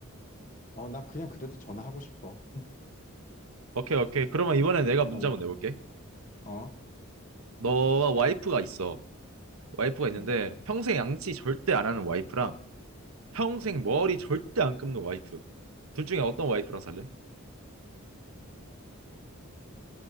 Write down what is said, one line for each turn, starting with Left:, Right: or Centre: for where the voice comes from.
Left: 어, 나 그냥 그래도 전화하고 싶어.
Right: 오케이, 오케이. 그러면 이번에 내가 문제
Left: 어,
Right: 한번 내볼게.
Left: 어,
Right: 너와 와이프가 있어. 와이프가 있는데
Left: 음,
Right: 평생 양치 절대 안 하는 와이프랑 평생 머리
Left: 음.
Right: 절대 안 감는 와이프. 둘 중에 어떤 와이프랑 살래?